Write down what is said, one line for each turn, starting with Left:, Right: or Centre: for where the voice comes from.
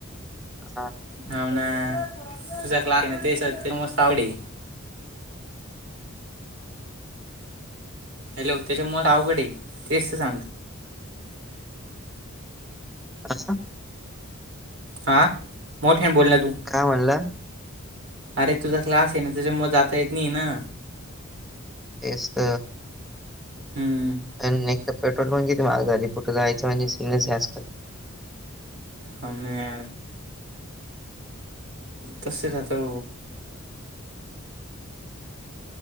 Centre: हा.
Right: हा ना, तुझ क्लास आहे ना? ते मस्त आवडी. हॅलो, त्याच्यामुळेरआवघड आहे. तेच तर सांगतो.
Centre: आता हा.
Right: हां, मोठ्याण बोलला तू.
Centre: काय म्हणलं?
Right: अरे, तुझा क्लास आहे ना? त्याच्या मग जाता येत नाही ना?
Centre: व्यस्त.
Right: हम्म.
Centre: आणि तर, पेट्रोल पण किती महाग झाली कुठे जायच म्हणजे सिरीयस असत.
Right: मम्मे तसे राहतो.